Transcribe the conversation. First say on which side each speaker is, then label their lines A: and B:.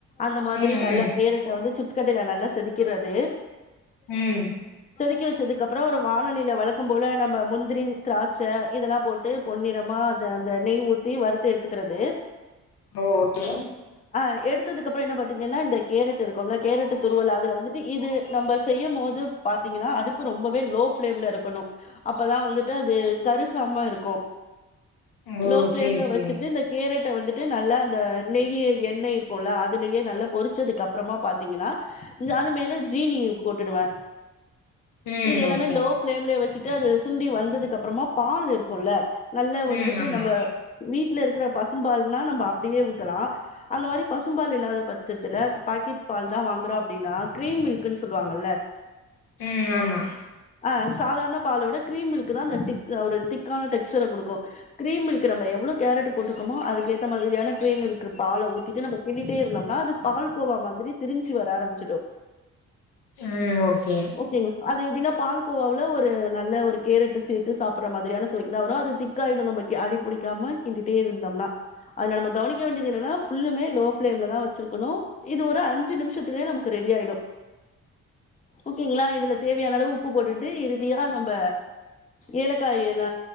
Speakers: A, on the left (about 20°); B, on the left (about 70°).
A: அந்த மாதிரி
B: ம்
A: நல்ல
B: ம்
A: கேரட்ட வந்து சிப்ஸ் கட்டையில நல்லா செதுக்கிறது
B: ம்
A: செதுக்கி வச்சதுக்கு அப்றோ ஒரு வானலியில வழக்கம் போல நம்ப முந்திரி திராட்ச இதெல்லா போட்டு பொன்னிறமா அ அந்த நெய் ஊத்தி வருறுத்து எடுத்துக்கிறது
B: ஓ ஓகே
A: ஆ எடுத்ததுக்கப்பறோ என்ன பாத்தீங்கன்னா இந்த கேரட்டு இருக்கும்ல கேரட் துருவல் அதுல வந்துட்டு இது நம்ப செய்யு போது பாத் த்தீங்கன்னா அடுப்பு ரொம்பவே லோ ஃபிளேம்ல இருக்கணு அப்பதா வந்துட்டு அது கருகாம இருக்கு
B: ஓ
A: லோ ஃபிளேம்ல
B: சேரி சேரி
A: வச்சுட்டு இந்த கேரட் ட்ட வந்துட்டு நல்லா அந்த நெய் எண்ணெய் இருக்குல்ல அதுலயே நல்லா பொறிச்சதுக்கு அப்புறமா பாத்தீங்கன்னா ஜாது மேல ஜீனி போட்டுடுவே
B: ம்
A: இது எல்லாமே
B: ஓகே
A: லோ ஃபிளேம்லயே வச்சிட் ட்டு அது சுண்டி வந்ததுக்கு அப்புறமா பால் இருக்கும்ல்ல நல்லா வந்துட்டு
B: ம் ஆமா
A: நம்ம வீட்ல இருக்கிறப் பசும் பால்னா நம்ம அப்டியே ஊத்தலா அந்த மாரி பசும்பால் இல்லாத பட்சத்துல க், பாக்கெட் பால் தா வாங்குறோ அப்டின்னா கிரீம் மில்கன்னு சொல்லுவாங்கல்ல
B: ம் ஆமா
A: அ சாதாரண பால விட கிரீம்மில்க்தா அந்த டிக் ஒரு திக்கான டெக்ஸ்சர குடுக்கு க்ரீம்மில்க்கு நம்ம எவ்வளோ கேரட் போட்டுக்கோமோ அதுக்கேத்த மாரியான க்ரீம்மில்க் பால ஊத்திட்டு நம்ம கிண்டிகிட்டே இருந்தோம்னா அது பால்கோவா மாதிரி திரிஞ்சு வர ஆரம்பிச்சுடு
B: ம் ஓகே
A: ஓகேங்க அது எப்படின்னாப் பால்கோவாவவுல ஒரு நல்ல ஒரு கேரட்ட சேத்து சாப்புற மாதிரியான சுவைக்குதா வரு அது திக்காயிடு நமக் அடிபிடிக்காம கிண்டிட்டே இருந்தோம்னா அதுல நம்ம கவனிக்க வேண்டியது என்னன்னா ஃபுல்லுமே லோ பிளேம்லதா வச்சிருக்கணு இது ஒரு அஞ்சு நிமிஷத்துலயே நமக்கு ரெடி ஆயிடு ஓகேங்களா இதுல தேவையான அளவு உப்பு போட்டுட்டு இறுதியா நம்ம ஏலக்காய்ன